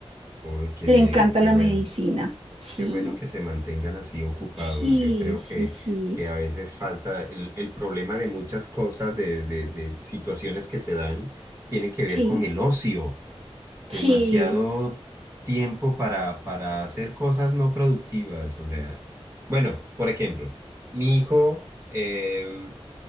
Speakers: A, on the right (about 25°); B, on the right (about 70°).
A: Uy, qué
B: Le
A: bien,
B: encanta
A: qué
B: la
A: bueno.
B: medicina. Sí,
A: Qué bueno que se mantengan así ocupados.
B: sí,
A: Yo creo
B: sí,
A: que,
B: sí,
A: que a veces falta el, el problema de muchas cosas, de, de, de situaciones que se dan, tiene que ver
B: sí,
A: con el ocio.
B: sí.
A: demasiado tiempo para, para hacer cosas no productivas. O sea, bueno, por ejemplo, mi hijo em,